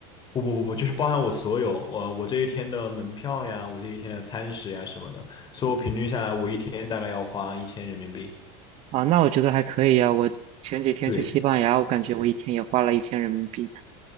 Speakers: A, on the left; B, on the right.
A: 不不不不，就是包含我所有，我我这一天的门票呀，我这一天的餐食呀什么的，所以我平均下来我一天大概要花一千人民币。
B: 啊，那我觉得还可以啊。我前几天去西班牙，
A: 对。
B: 我感觉我一天也花了一千人民币。